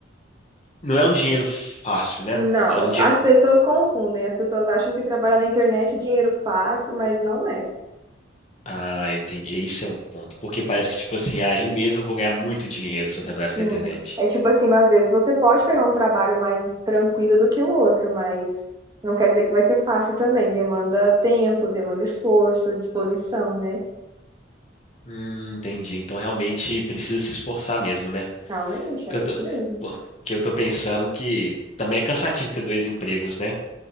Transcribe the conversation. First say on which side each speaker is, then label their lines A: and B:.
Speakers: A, on the left; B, on the right.
A: Não é um dinheiro fácil, né?
B: Não,
A: É um dinheiro.
B: as pessoas confundem, as pessoas acham que trabalhar na internet é dinheiro fácil, mas não é.
A: Ah, entendi. Esse é um ponto. Porque parece que, tipo assim, ah, em um mês eu vou ganhar muito dinheiro se eu trabalhasse
B: Sim.
A: na internet.
B: É tipo assim, às vezes você pode pegar um trabalho mais tranquilo do que o outro, mas não quer dizer que vai ser fácil também. Demanda tempo, demanda esforço, disposição, né?
A: Hum, entendi. Então realmente precisa se esforçar mesmo, né?
B: Realmente, é
A: que eu
B: isso
A: tô,
B: mesmo.
A: pô, que eu tô pensando que também é cansativo ter dois empregos, né?